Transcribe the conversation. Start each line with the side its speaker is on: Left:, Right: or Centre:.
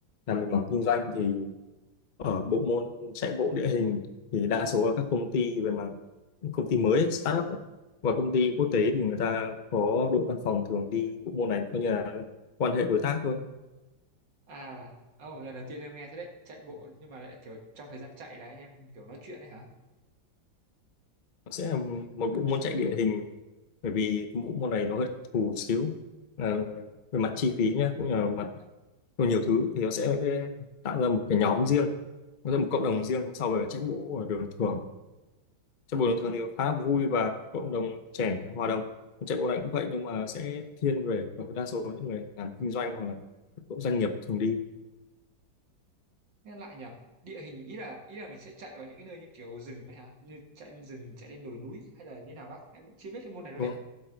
Left: làm về mảng kinh doanh thì ở bộ môn chạy bộ địa hình thì đa số là các công ty về mảng công ty mới ấy, startup và công ty quốc tế thì người ta có đội văn phòng thường đi bộ môn này coi như là quan hệ đối tác thôi
Right: À, oh, lần đầu tiên em nghe thế đấy, chạy bộ nhưng mà lại kiểu trong thời gian chạy là anh em kiểu nói chuyện đấy hả?
Left: nó sẽ là một bộ môn chạy địa hình bởi vì bộ môn này nó hơi thù xíu là về mặt chi phí nhá cũng như là mặt về nhiều thứ thì nó sẽ tạo ra một cái nhóm riêng nó ra một cộng đồng riêng so với chạy bộ ở đường thường chạy bộ bình thường thì khá vui và cộng đồng trẻ hòa đồng chạy bộ này cũng vậy nhưng mà sẽ thiên về ở đa số những người làm kinh doanh hoặc là các cộng doanh nghiệp thường đi
Right: Nghe lại nhở? Địa hình ý là ý là mình sẽ chạy vào những cái nơi như kiểu rừng đấy hả? Như chạy lên rừng, chạy lên đồi núi hay là như nào bác? Em vẫn chưa biết cái môn này luôn
Left: đúng
Right: đấy.
Left: không